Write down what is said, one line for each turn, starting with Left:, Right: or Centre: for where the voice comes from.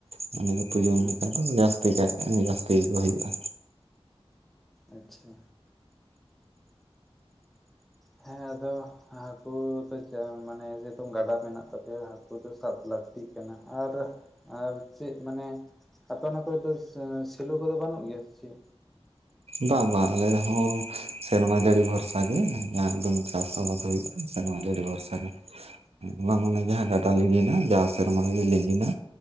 Right: ᱢᱟᱱᱮ ᱩᱛᱩ ᱡᱚᱢ
Centre: ᱦᱩᱸ
Right: ᱞᱮᱠᱟ ᱫᱚ ᱡᱟᱹᱥᱛᱤ ᱠᱟᱭ ᱡᱟᱹᱥᱛᱤ ᱜᱮᱠᱚ ᱦᱩᱭᱩᱜ-ᱟ
Centre: ᱟᱪᱪᱷᱟ ᱦᱮ ᱟᱫᱚ ᱦᱟᱹᱠᱩ ᱫᱚ ᱡᱟ ᱢᱟᱱᱮ ᱡᱮ ᱦᱩᱛᱩ ᱜᱟᱰᱟ ᱢᱮᱱᱟᱜ ᱛᱟᱯᱮᱭᱟ ᱦᱟᱹᱠᱩ ᱫᱚ ᱥᱟᱵ ᱞᱟᱹᱠᱛᱤᱜ ᱠᱟᱱᱟ ᱟᱨ ᱟᱨ ᱪᱮᱫ ᱢᱟᱱᱮ ᱟᱯᱮ ᱚᱱᱟ ᱠᱚᱨᱮ ᱫᱚ ᱥᱮᱞᱚ ᱠᱚᱫᱚ ᱵᱟᱹᱱᱩᱜ ᱜᱮᱭᱟ ᱥᱮ ᱪᱮᱫ
Right: ᱵᱟᱝ ᱵᱟᱝ ᱟᱞᱮ ᱦᱚᱸ ᱥᱮᱨᱢᱟ ᱡᱟᱹᱲᱤ ᱵᱷᱚᱨᱥᱟ ᱜᱮ ᱡᱟᱦᱟᱸ ᱮᱠᱫᱚᱢ ᱪᱟᱥ ᱟᱵᱟᱫᱽ ᱦᱩᱭᱩᱜᱼᱟ᱾ ᱮᱠᱫᱚᱢ ᱟᱹᱰᱤ ᱟᱹᱰᱤ ᱵᱷᱚᱨᱥᱟ ᱜᱮ᱾ ᱵᱟᱝ ᱢᱟᱱᱮ
Centre: ᱦᱮᱸ
Right: ᱡᱟᱦᱟᱸ ᱜᱟᱰᱟ ᱞᱤᱸᱜᱤᱱᱟ ᱡᱟᱣ ᱥᱮᱨᱢᱟ ᱨᱮᱜᱮ ᱞᱤᱸᱜᱤᱱᱟ